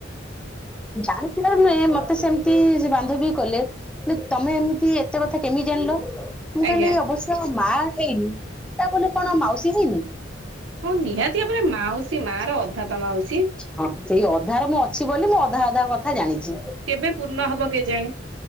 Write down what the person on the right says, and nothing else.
ଆଜ୍ଞା।
ହଁ ନିହାତି ଭାବରେ ମାଉସୀ ମା ର ଅଧାପା ମାଉସୀ
କେବେ ପୂର୍ଣ୍ଣ ହବ କେଜାଣି